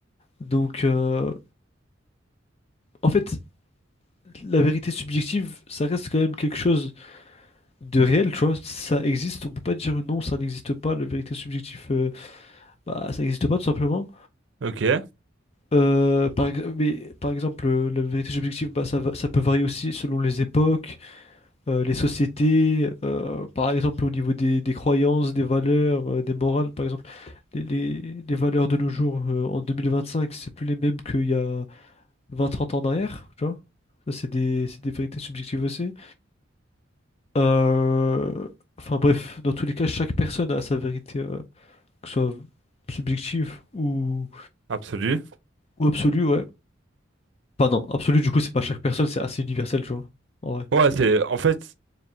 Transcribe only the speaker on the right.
Ok.
Absolu.
Ouais, c'est en fait